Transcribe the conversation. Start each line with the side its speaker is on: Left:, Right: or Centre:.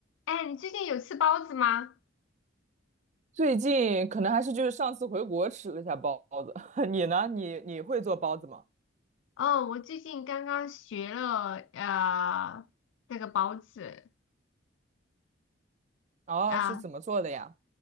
Left: 哎，你最近有吃包子吗？
Right: 最近可能还是就是上次回国吃了一下包子，<laughs> 你呢？你你会做包子吗？
Left: 哦，我最近刚刚学了呃这个包子
Right: 哦，
Left: 啊
Right: 是怎么做的呀？